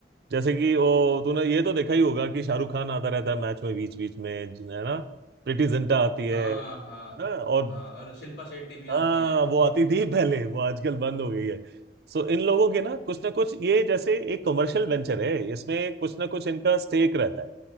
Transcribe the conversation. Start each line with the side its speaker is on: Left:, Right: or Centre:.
Right: जैसे कि वो तूने ये तो देखा ही होगा कि शाहरुख खान आता रहता है मैच में बीच बीच में ज- है ना प्रीटी जिंटा आती है
Left: हाँ
Right: है
Left: हाँ
Right: ना और
Left: हाँ और शिल्पा शेट्टी भी आती
Right: हाँ
Left: है
Right: वो आती थी पहले वो आजकल बंद हो गई है सो इन लोगों के ना कुछ ना कुछ ये जैसे एक कमर्शियल वेंचर है इसमें कुछ ना कुछ इनका स्टेक रहता है